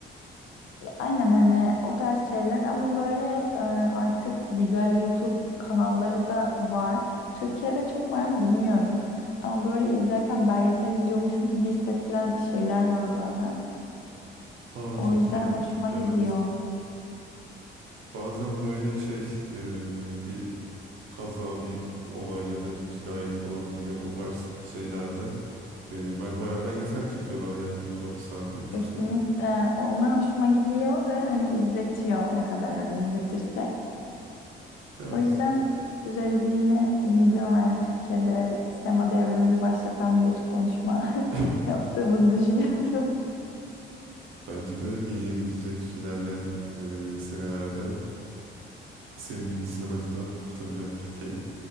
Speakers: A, on the left; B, on the right.
A: Ya, Aynen hani o tarz şeyler ama böyle e, artık güzel YouTube kanalları da var. Türkiye'de çok var mı bilmiyorum. Ama böyle izlerken belgesel izliyormuşum gibi hissettiren şeyler var bazen.
B: Aa
A: O
B: tabii
A: yüzden
B: tabii.
A: hoşuma gidiyor.
B: Evet. Bazen böyle şey e, bir kaza bir olay ya da bir cinayet falan yine o tarz şeylerde e, bel bayağı belgesel çekiyorlar yani YouTube'a bir saat bir buçuk
A: Kesinlikle
B: saat.
A: onlar hoşuma gidiyor ve hani izletiyor ne kadar hani izletirse.
B: Evet.
A: O yüzden düzeleceğine ümidim var. Türkiye'de sinema devrimini başlatan bir konuşma
B: <laughs>
A: <laughs> yaptığımızı düşünüyorum.
B: Bence de iyiye gidecek ilerleyen e, senelerde senin gibi sinemacılar kurtaracak Türkiye'yi.